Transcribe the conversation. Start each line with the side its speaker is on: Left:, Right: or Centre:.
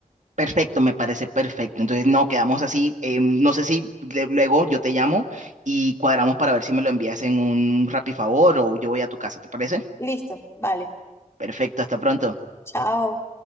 Right: Perfecto, me parece perfecto. Entonces, no, quedamos así. eh, no sé si le- luego yo te llamo y cuadramos para ver si me lo envías en un Rappi favor o yo voy a tu casa, ¿te parece?
Left: Listo, vale,
Right: Perfecto, hasta pronto.
Left: chao.